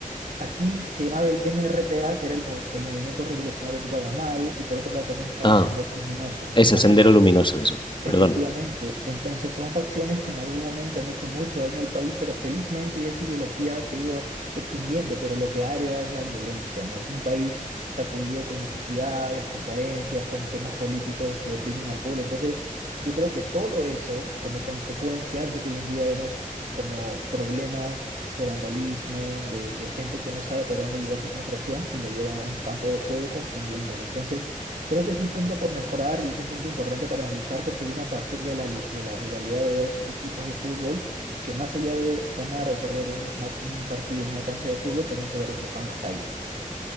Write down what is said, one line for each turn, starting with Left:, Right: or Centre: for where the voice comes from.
Right: aquí se llamaba el MRTA, que era el, mo- el Movimiento Revolucionario Tupac Amaru, y por otro lado también estaba
Left: ah,
Right: Sendero Luminoso.
Left: eso,
Right: Ajá.
Left: Sendero Luminoso, eso,
Right: Efectivamente,
Left: perdón.
Right: entonces son facciones que en algún momento han hecho mucho daño al país, pero felizmente esa ideología se ha ido extinguiendo, pero lo que ha heredado es la violencia, ¿no? Un país sacudido con necesidades, con carencias, con temas políticos que oprimen al pueblo. Entonces, yo creo que todo eso, como consecuencia, es lo que hoy en día vemos como problemas de vandalismo, de, de gente que no sabe por dónde llevar su frustración y lo llevan a un campo de juego confundiéndolo. Entonces, Creo que es un punto por mejorar y es un punto importante para analizar porque viene a partir de la, li- de la rivalidad de dos equipos de fútbol que más allá de ganar o perder un, una- un partido en una cancha de fútbol también se ve reflejado en las calles.